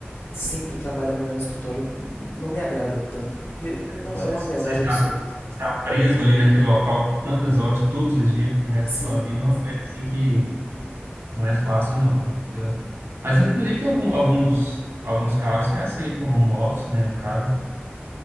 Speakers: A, on the left (about 75°); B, on the right (about 80°).
A: sempre trabalha melhor no escritório não me agrada tanto porque não
B: Você,
A: é uma verdade
B: você está,
A: absoluta.
B: está preso ali naquele local tantas horas, todos os dias, pro resto
A: Sim.
B: da sua vida, é uma coisa assim que não é fácil, não, entendeu? Mas, inclusive, tem algum, alguns, alguns cargos que aceitam home office, né, no caso,